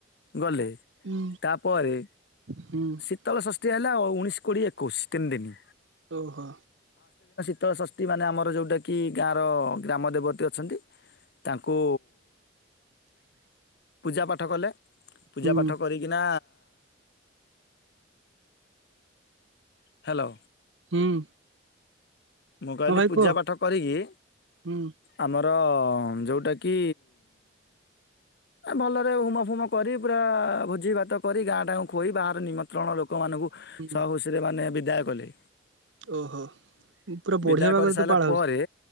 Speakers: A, on the left (about 55°); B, on the right (about 80°).
A: ଗଲେ
B: ହୁଁ
A: ତାପରେ
B: ହୁଁ
A: ଶୀତଳ ଷଷ୍ଠୀ ହେ ହେଲା ଉଣେଇଶ କୋଡ଼ିଏ ଏକୋଇଶ ତିନି ଦିନି।
B: ଓହୋ।
A: ଶିତଳ ଷଷ୍ଟି ମାନେ ଆମର ଯେଉଁଟାକି ଗାଁର ଗ୍ରାମ ଦେବତୀ ଅଛନ୍ତି। ତାଙ୍କୁ ପୂଜା ପାଠ କଲେ ପୂଜା
B: ହୁଁ
A: ପାଠ କରିକିନା ହ୍ୟାଲୋ।
B: ହଁ।
A: ମୁଁ କହିଲି
B: ଭାଇ
A: ପୂଜା
B: କୁହ।
A: ପାଠ କରିକି
B: ହୁଁ
A: ଆମ ର ଯୋଉଟା କି ଭଲରେ ହୁମ ଫୁମ କରି ପୁରା ଭୋଜି ଭାତ କରି ଗାଁ ଟାଁ ଖୁଆଇ ବାହାର ନିମନ୍ତ୍ରଣ ଲୋକ ଲୋକମାନଙ୍କୁ
B: ହୁଁ
A: ସହ ଖୁସିରେ ମାନେ ବିଦାୟ କଲେ।
B: ଓହୋ ପୁରା ବଢିଆ
A: ବିଦାୟ
B: ଭାଗରେ
A: କରିସାରିଲା
B: ତ ପାଳ
A: ପରେ
B: ହଉଛି।